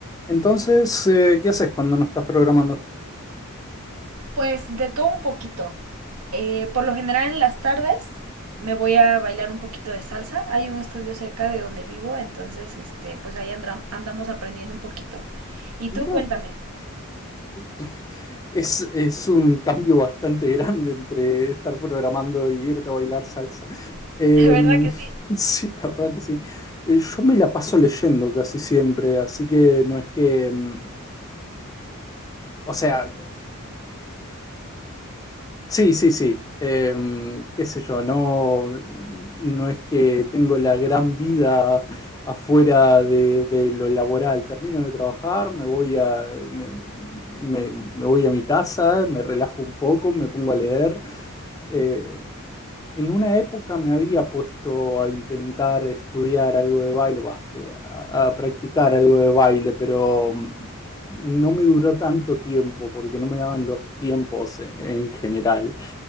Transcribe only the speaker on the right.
Pues de todo un poquito. Eh, por lo general en las tardes me voy a bailar un poquito de salsa. Hay un estudio cerca de donde vivo, entonces este, pues ahí andra- andamos aprendiendo un poquito. Y
tú cuéntame,
<laughs>
de verdad que sí.